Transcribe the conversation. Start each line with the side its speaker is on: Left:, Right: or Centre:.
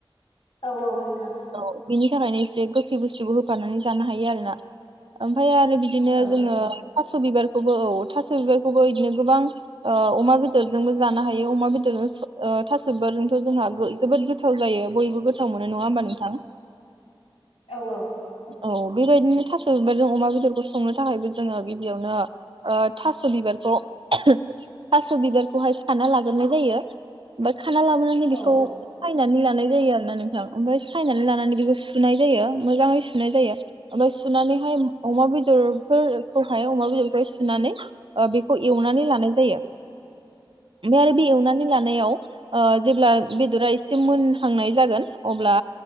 Left: औ औ नोंथां।
Right: औ बिनि थाखायनो एसे गोखै बुस्थुबो होफानानै जानो हायो आरो ना। ओमफ्राय आरो बिदिनो
Left: औ
Right: जोङो थास थास' बिबारखौबो औ थास' बिबारखौबो इदिनो गोबां ओ अमा बेदरजोंबो जानो हायो अमा बेदरजों स ओ थास' बिबारजोंथ' जोंहा गो जोबोद गोथाव जायो बयबो गोथाव मोनो नङा होमबा नोंथां?
Left: औ औ।
Right: औ बेबायदिनो थास' बिबारजों अमा बेदरखौ संनो थाखायबो जोङो गिबियावनो ओ थास' बिबारखौ थास' बिबारखौहाय खाना लाग्रोनाय जायो। खाना लाबोनानै
Left: औ
Right: बेखौ सायनानै लानाय जायो आरोना नोंथां ओमफाय सायनानै लानानै बेखौ सुनाय जायो मोजाङै सुनाय जायो ओमफाय सु सुनानैहाय अमा बेदरफोर खौहाय अमा बेदरखौहाय सुनानै ओ बेखौ एवनानै लानाय जायो ओमफ्राय आरो बे एवनानै लानायाव ओ जेब्ला बेदरा एसे मोनहांनाय जागोन अब्ला